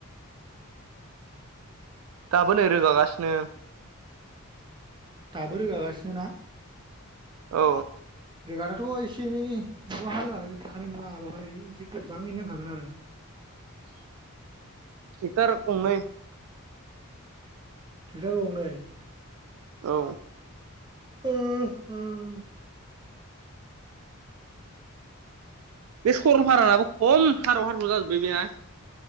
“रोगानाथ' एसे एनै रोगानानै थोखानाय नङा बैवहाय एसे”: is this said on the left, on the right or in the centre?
Right